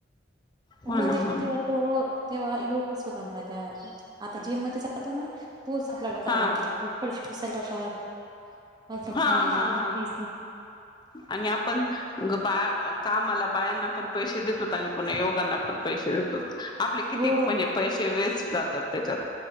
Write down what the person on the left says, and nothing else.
हो
ना हो ना
हा
हा हा हा हा आणि आपण बा कामाला बायांना पण पैसे देतोत ताई पण लोकांना पण पैसे देतो. आपले किती
म्हणजे पैसे वेस्ट जातात. तेच्यात.